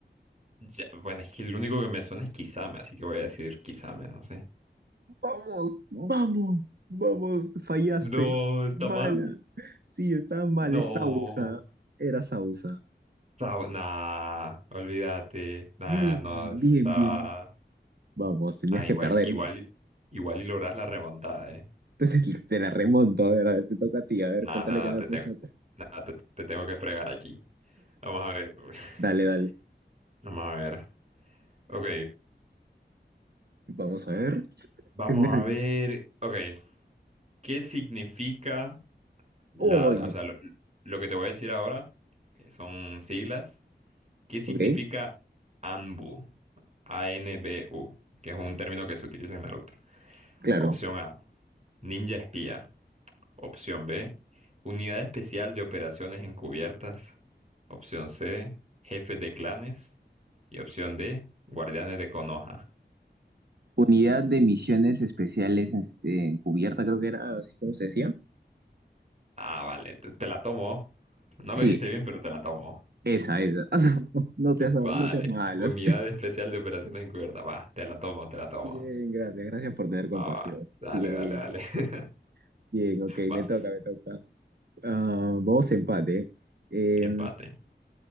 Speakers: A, on the right (about 35°); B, on the right (about 60°).
A: ya, bueno, es que el único que me suena es Kisame, así que voy a decir Kisame, no sé.
B: Vamos, vamos, vamos, fallaste.
A: No, está
B: Mala.
A: mal.
B: Sí, estaba mal,
A: No,
B: es Sausa. Era Sausa.
A: sab- nah, olvídate, nah,
B: Bien,
A: no, eso
B: bien,
A: estaba,
B: bien, bien. Vamos, tenías
A: ah,
B: que
A: igual,
B: perder.
A: igual, igual y logras la remontada, eh,
B: Entonces te la remonto, a ver, a ver, te toca a ti, a ver,
A: nah,
B: contale
A: nada,
B: que no
A: te
B: la conoces
A: tengo,
B: otra.
A: nah, te, te tengo que fregar aquí, vamos a ver, <laughs>
B: Dale, dale.
A: vamos a ver, ok,
B: Vamos a ver.
A: vamos
B: Qué nervio.
A: a ver, ok, ¿qué significa la,
B: Oh, no.
A: o sea, lo, lo que te voy a decir ahora eh, son siglas, ¿qué significa
B: ok.
A: ANBU? A-N-B-U, que es un término que se utiliza en Naruto.
B: Claro.
A: Opción A, ninja espía. Opción B, unidad especial de operaciones encubiertas. Opción C, jefe de clanes. Y opción D, guardianes de Konoha.
B: Unidad de Misiones Especiales ens- eh, Encubierta, creo que era así como se decía.
A: Ah, vale, te, te la tomo. No
B: Sí,
A: lo dijiste bien, pero te la tomo.
B: esa, esa. <laughs> No seas, no
A: Va, dale.
B: seas malo.
A: Unidad
B: no seas-
A: especial de operaciones encubiertas. Va, te la tomo, te
B: <laughs>
A: la tomo.
B: Bien, gracias. Gracias por tener compasión.
A: Va, va. Dale,
B: Bien,
A: dale, dale. <laughs>
B: bien, ok,
A: Vas.
B: me toca, me toca. Ah, vamos a empate. Eh,
A: Empate.